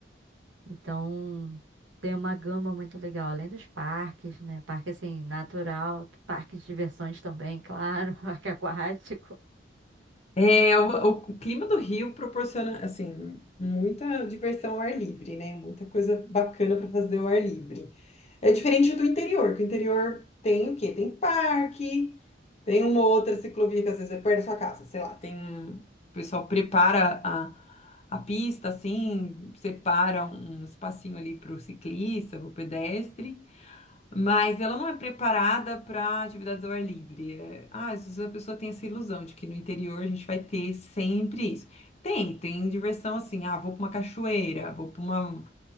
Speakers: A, on the right; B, on the left.
A: então tem uma gama muito legal, além dos parques, né? Parque assim, natural, parque de diversões também, claro, <laughs> parque aquático.
B: É, o, o- o clima do Rio proporciona, assim, muita diversão ao ar livre, né? Muita coisa bacana para fazer ao ar livre. É diferente do interior, que o interior tem o quê? Tem parque, tem uma ou outra ciclovia que às vezes é perto da sua casa, sei lá, tem um... O pessoal prepara a, a pista, assim, separa um espacinho ali para o ciclista, para o pedestre, mas ela não é preparada para atividades ao ar livre. É, ah, às vezes a pessoa tem essa ilusão de que no interior a gente vai ter sempre isso. Tem, tem diversão assim. Ah, vou para uma cachoeira, vou para uma,